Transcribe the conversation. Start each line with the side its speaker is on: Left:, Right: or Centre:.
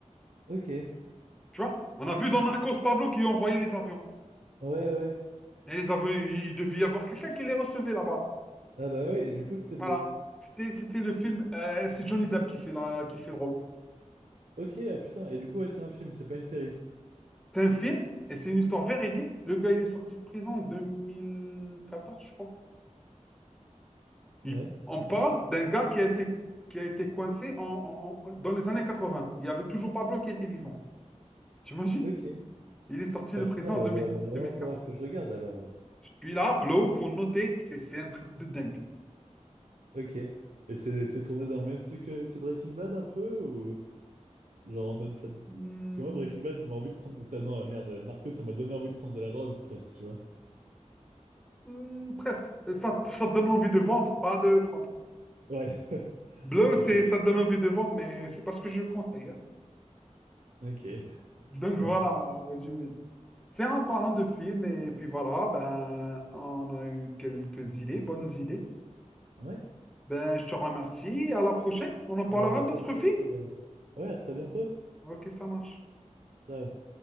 Right: Ok.
Centre: Tu vois? On a vu dans Narcos Pablo qui envoyait les avions.
Right: Ouais, ouais.
Centre: Et les avions, il devait y avoir quelqu'un qui les recevait là-bas.
Right: Ah bah ouais, et du coup, c'était
Centre: Voilà.
Right: Blow.
Centre: C'était, c'était le film. euh, c'est Johnny Depp qui fait, la, qui fait le rôle.
Right: Ok, ah putain. Et du coup, ouais, c'est un film, c'est pas une série.
Centre: C'est un film et c'est une histoire véridique. Le gars, il est sorti de prison en 2014, je crois.
Right: Ouais.
Centre: Il- on parle d'un gars qui a été, qui a été coincé en, en- en- dans les années 80. Il y avait toujours Pablo qui était vivant. T'imagines?
Right: Ok.
Centre: Il est sorti
Right: Ah
Centre: de prison
Right: putain, va
Centre: en 2000
Right: va- va
Centre: 2014.
Right: vraiment falloir que je regarde alors. euh.
Centre: Celui-là, Pablo, faut noter, c'est c'est un truc de dingue.
Right: Ok. Et c'est c'est tourné dans le même style que, que Breaking Bad un peu ou genre en mode ça... Parce
Centre: Hmm.
Right: que moi Breaking Bad ça m'a envie de prendre de ça. Non, euh, merde, euh, Narcos ça m'a donné envie de prendre de la drogue presque, tu vois.
Centre: Hmm, presque. Ça, ça te donne envie de vendre, pas de prendre.
Right: Ouais. <laughs>
Centre: Bleu, c'est
Right: Ok.
Centre: ça te donne envie de vendre, mais c'est pas ce que je conseille. hein.
Right: Ok.
Centre: <laughs> Donc
Right: Ça
Centre: voilà,
Right: va.
Centre: en résumé. C'est en parlant de films, et puis voilà, ben, on a eu quelques idées, bonnes idées.
Right: Ouais.
Centre: Ben, je te remercie. À la prochaine. On en parlera
Right: Eh bien, Merci
Centre: d'autres
Right: à toi,
Centre: films.
Right: puis euh, ouais, à très bientôt.
Centre: Ok, ça marche.
Right: Ciao.